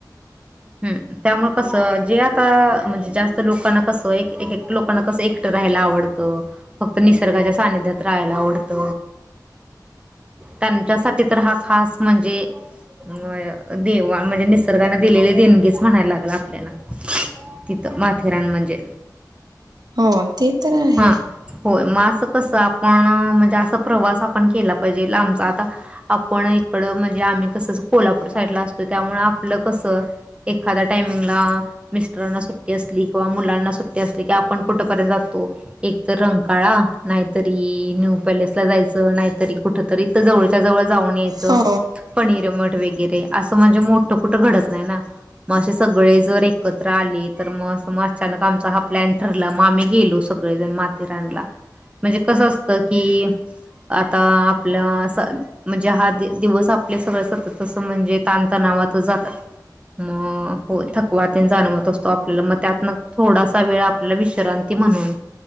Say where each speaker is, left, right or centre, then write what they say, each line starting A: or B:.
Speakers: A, on the right (about 15°); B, on the right (about 65°).
A: हम्म त्यामुळे कसं जे आता म्हणजे जास्त लोकांना कसं एक एक लोकांना कस एक ट राहायला आवडत. फक्त निसर्गाच्या सानिध्यात राहायला आवडत. त्यांच्यासाठी तर हा खास म्हणजे अ देवा म्हणजे निसर्गाने दिलेले देणगीच म्हणायला लागल आपल्याला. तिथं माथेरान म्हणजे,
B: हो ते तर आहे.
A: हां होय मग असं कसं आपण म्हणजे असा प्रवास आप ण केला पाहिजे आम आता आपण इकड म्हणजे आम्ही कसं कोल्हापूर साईडला असतो त्यामुळ आपलं कसं, एखाद्या टायमिंगला मिस्टरांना सुट्टी असली किंवा मुलांना सुट्टी असली की आपण कुठे पर्यंत जातो. एक तर रंकाळा नाहीतरी न्यू पॅलेसला जायच. नाहीतरी कुठतरी, जवळच्या जवळ जाऊन यायच
B: हो.
A: कणेरीमठ वगैरे अस म्हणजे मोठ कुठं घडत नाही ना. मग असे सगळे जर एकत्र आले तर मग, मग अचानक आमचा हा प्लॅन ठरला मग आम्ही गेलो सगळेजण माथेरानला. म्हणजे कसं असतं की, आता आपलं म्हणजे हा दिवस आपल्या सगळ सतत असं म्हणजे ताण तणावात, जातात. मग हो थकवात जाणवत असतो. आपल्याला मग त्यात थोडासा वेळ आपल्याला विश्रांती, म्हणून